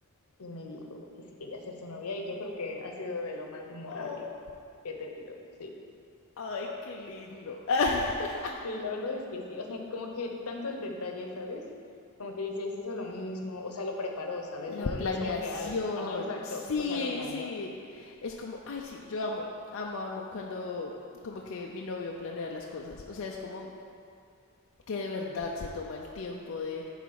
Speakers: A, on the left; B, on the left.
A: y me dijo que si quería ser su novia y yo creo que ha sido de lo más memorable
B: Oh,
A: que he tenido, sí.
B: ay, qué lindo. <laughs>
A: Sí, la verdad es que sí, o sea, como que tanto el detalle, ¿sabes? Como que dices, hizo lo mismo, o sea, lo preparó, ¿sabes?
B: La
A: No,
B: planeación.
A: no es como que, ay, ajá, exacto,
B: Sí,
A: o sea, lo planeó.
B: sí. Es como, ay, sí, yo amo, amo, amo cuando como que mi novio planea las cosas. O sea, es como que de verdad se toma el tiempo de,